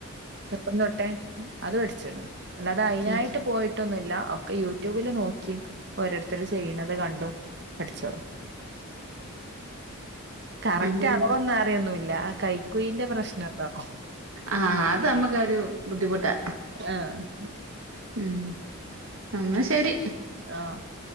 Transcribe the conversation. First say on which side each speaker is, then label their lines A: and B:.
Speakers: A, on the right; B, on the right.
A: ചെറ്പ്പം തൊട്ടേ അത് പടിച്ച്ണ് അല്ലാതെ അയ്നായിട്ട്
B: ഉം
A: പോയിട്ടൊന്നുല്ല ഒക്കെ യൂട്യൂബില് നോക്കി ഓരോരുത്തര് ചെയ്യ്ണത് കണ്ടും പട്ച്ചോളും കറക്റ്റ്
B: ഉം
A: അളവൊന്നറിയൊന്നുല്ല ആ കയ് കുയിന്റെ പ്രശ്നണ്ടോ
B: ആഹ് അത് അമ്മക്കൊരു ബുദ്ധിമുട്ടാ
A: ആഹ്
B: ഉം അന്നാ ശരി
A: ആഹ്